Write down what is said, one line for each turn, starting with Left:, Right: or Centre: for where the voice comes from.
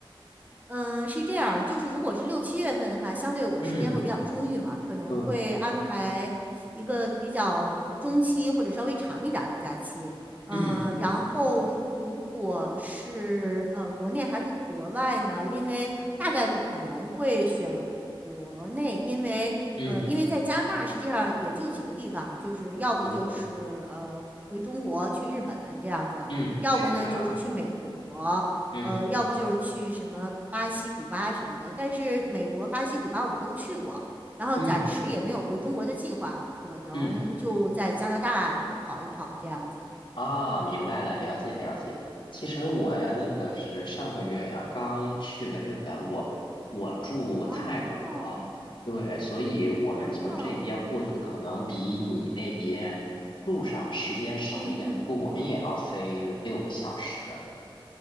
Right: 嗯，是这样，就是如果是六七月份的话，相对我时间会比较充裕嘛，
Left: 嗯，
Right: 可能会安排一个比较中期或者稍微长一点儿的假期。
Left: 对，
Right: 嗯，
Left: 嗯
Right: 然后如果是呃国内还是国外呢？因为大概率可能会选国内，因为呃因为在加拿大实际上也就几个地方，
Left: 嗯，
Right: 就是要不就是呃回中国去日本这样子，
Left: 对，嗯，
Right: 要不呢就是去美国。
Left: 是啊，嗯
Right: 呃，要不就是去什么巴西、古巴什么的。但是美国、巴西、古巴我们都去过，然后暂时也没有回中国的计划，
Left: 嗯
Right: 可能就在加拿大跑一跑这样子。
Left: 嗯。啊，明白了，了解了解。其实我呀，那个是上个月呀，刚去了日本，我我住泰国，
Right: 哦，
Left: 对，所以我们从这边过去，
Right: 哦，
Left: 可能比你那边路上时间少一点，
Right: 嗯嗯，
Left: 不过我们也要飞六个小时，